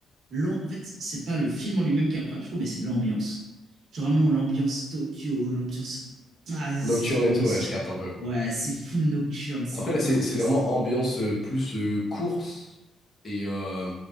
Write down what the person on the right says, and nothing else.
l'am- en fait, c'est pas le film en lui-même qui est incroyable, je trouve, mais c'est l'ambiance. Genre Vraiment, l'ambiance Tokyo, l'ambiance. Ah, c'est
c'est trop.
c'est-
Ouais, c'est full nocturne, c'est
trop
stylé.